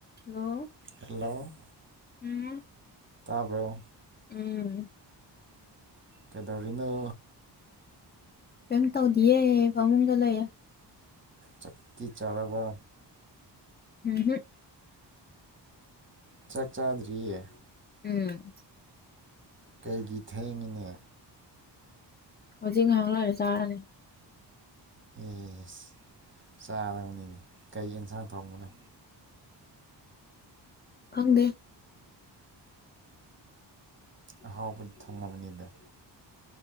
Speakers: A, on the left (about 25°); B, on the right (about 25°).
A: Hello
B: hello
A: ꯎꯝ
B: ꯇꯥꯕꯔꯣ
A: ꯎꯝ
B: ꯀꯩꯗꯧꯔꯤꯅꯣ
A: ꯀꯩꯝ ꯇꯧꯗꯤꯌꯦ ꯐꯥꯃꯨꯡꯗ ꯂꯩꯌꯦ
B: ꯆꯥꯛꯇꯤ ꯆꯥꯔꯕ
A: ꯎꯝꯍꯨꯝ
B: ꯆꯥꯛ ꯆꯥꯗ꯭ꯔꯤꯌꯦ
A: ꯎꯝ
B: ꯀꯩꯒꯤ ꯊꯦꯡꯉꯤꯅꯦ
A: ꯍꯧꯖꯤꯛ ꯉꯥꯍꯥꯛ ꯂꯩꯔ ꯆꯥꯔꯅꯤ
B: ꯑꯦꯁ ꯆꯥꯗꯕꯅꯤꯅꯦ ꯀꯩ ꯑꯦꯟꯁꯥꯡ ꯊꯣꯡꯕꯅꯣ
A: ꯈꯪꯗꯦ
B: ꯑꯍꯥꯎꯕꯗꯤ ꯊꯣꯡꯉꯝꯅꯤꯗ